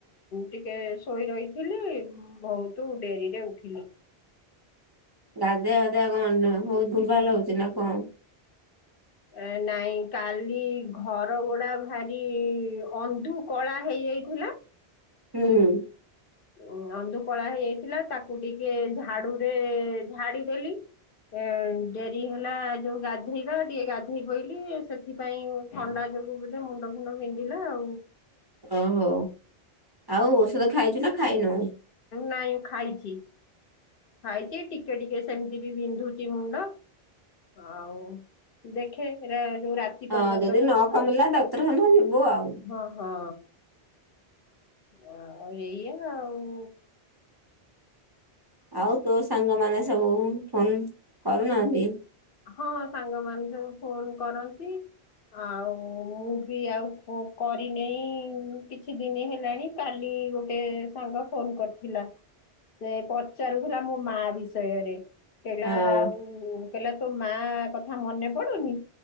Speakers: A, on the left; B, on the right.
A: ଟିକେ ଶୋଇ ରହିଥିଲି, ବହୁତ ତୁ ଡେରିରେ ଉଠିଲି।
B: ଗାଧିଆ ଗାଧିଆ କଣ ହଉତ ଭୁଲ ଭଲ ଲାଗୁଛି ନା କଣ?
A: ଏ ନାଇଁ କାଲି ଘର ଗୋଡା ଭାରି ଅନ୍ଧୁକଳା ହେଇଯାଇଥିଲା।
B: ହୁଁ
A: ଉ ଅନ୍ଧୁକଳା ହେଇଯାଇଥିଲା, ତାକୁ ଟିକେ ଝାଡୁରେ ଝାଡି ଦେଲି। ଏ ଡେରି ହେଲା ଯୋଉ ଗାଧେଇବା, ଟିକେ ଗାଧେଇ ପଇଲି ସେ ଏଥିପାଇଁ ଥଣ୍ଡା ଯୋଗୁ ବୋଧେ ମୁଣ୍ଡ ଫୁଣ୍ଡ ବିନ୍ଧିଲା ଆଉ।
B: ଓହୋ, ଆଉ ଔଷଧ ଖାଇଛୁ ନା ଖାଇନୁ।
A: ନାଇଁ ଖାଇଛି, ଖାଇଛି ଟିକେ ଟିକେ ସେମତି ବି ବିନ୍ଧୁଛି ମୁଣ୍ଡ ଆଉ ଦେଖେ ଯୋଉ ରାତି ପର୍ଯ୍ୟନ୍ତ
B: ହଁ ଯଦି
A: କଣ
B: ନ କମିଲା
A: ହଉ
B: ଡକ୍ତରଖାନା ଯିବୁ ଆଉ
A: ହଁ ହଁ ହଁ, ଏଇୟା ଆଉ
B: ଆଉ ତୋ ସାଙ୍ଗମାନେ ସବୁ ଫୋନ କରୁନାହାନ୍ତି?
A: ହଁ ସାଙ୍ଗ ମାନେ ସବୁ ଫୋନ କରନ୍ତି। ଆଉ ମୁଁ ବି ଆଉ କରିନେଇ କିଛି ଦିନ ହେଲାଣି। କାଲି ଗୋଟେ ସାଙ୍ଗ ଫୋନ କରିଥିଲା। ସେ ପଚାରୁଥିଲା ମୋ ମା ବିଷୟରେ। କହିଲ
B: ହଁ
A: ଆଉ କହିଲା ତୋ ମା କଥା ମନେ ପଡୁନି।